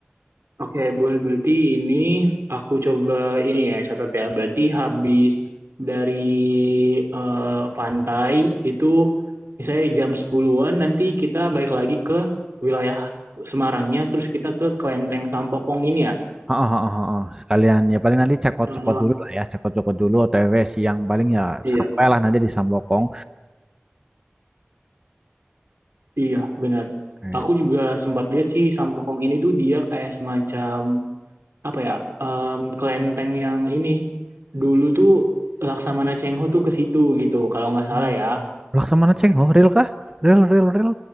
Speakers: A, on the right; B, on the right.
A: Oke, boleh berarti ini aku coba ini ya catat ya. Berarti habis dari eh, pantai itu misalnya jam sepuluhan nanti kita balik lagi ke wilayah Semarangnya terus kita ke Klenteng Sampokong ini ya.
B: Heeh, heeh, heeh. Sekalian ya paling nanti cekot-cekot
A: Heeh,
B: dulu lah ya, cekot-cekot dulu OTW siang paling ya
A: iya,
B: sampailah nanti di Sambokong.
A: iya benar.
B: Oke.
A: Aku juga sempat lihat sih Sampokong ini tuh dia kayak semacam apa ya? em, kelenteng yang ini dulu tuh Laksamana Cheng Ho tuh ke situ gitu kalau nggak salah
B: Hmm.
A: ya.
B: Laksamana Ceng, oh real kah? Real, real, real.